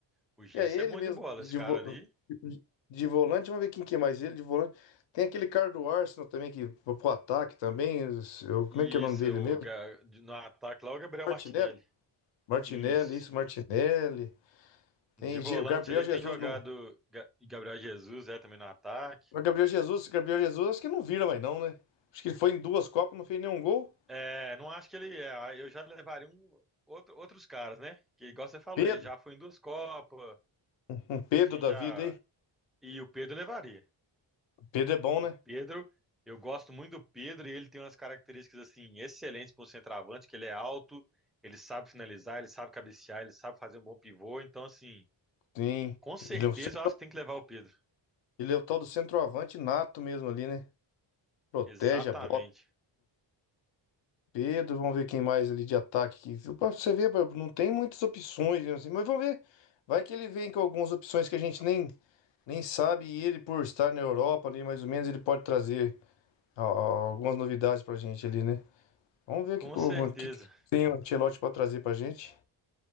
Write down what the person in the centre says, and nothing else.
O Gerson
é bom
de bola,
esse cara
ali.
Isso,
o,
Ga- no ataque lá, o Gabriel
Martinelli.
Isso.
De volante
ali
tem jogado
Ga- Gabriel Jesus, é também no ataque.
É, não acho que ele é. aí Eu já levaria um, outro- outros caras, né? Que igual você falou,
ele já foi em duas Copas,
gente
já.
E o Pedro levaria.
O Pedro, eu gosto muito do Pedro e ele tem umas características assim excelentes para um centroavante, que ele é alto, ele sabe finalizar, ele sabe cabecear, ele sabe fazer um bom pivô. Então, assim,
com certeza
eu acho que tem que levar o Pedro.
Exatamente.
Com
certeza.